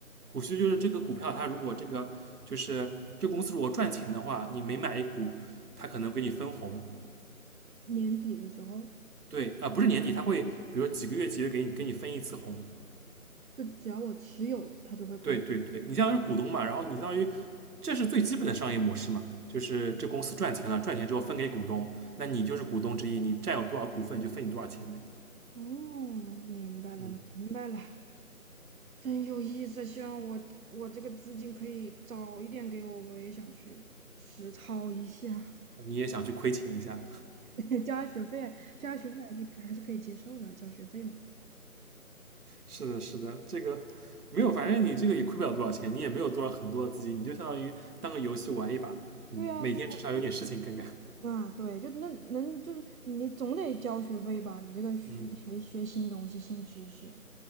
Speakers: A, on the right; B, on the right.
A: 股息就是这个股票，它如果这个就是这公司如果赚钱的话，你每买一股，它可能给你分红。
B: 年底的时候。
A: 对啊、呃不是年底，它会比如说几个月几个月给你给你分一次红。
B: 就只要我持有，他就会给我。
A: 对对对，你相当于是股东嘛，然后你相当于这是最基本的商业模式嘛，就是这公司赚钱了，赚钱之后分给股东，那你就是股东之一，你占有多少股份就分你多少钱呗。
B: 哦，明白了，
A: 嗯，
B: 明白了，真有意思。希望我我这个资金可以早一点给我，我也想去实操一下。
A: 你也想去亏钱一下，
B: <laughs> 交下学费，交下学费还是还是可以接受的，交学费嘛。
A: 是的，是的，这个没有，反正你这个也亏不了多少钱，你也没有多少很多的资金，你就相当于当个游戏玩一把，嗯，
B: 对呀，
A: 每天至少有点事情干干，
B: 对呀，啊，对，就那能就是你总得交学费吧？你这个学学学新东西、
A: 嗯
B: 新知识，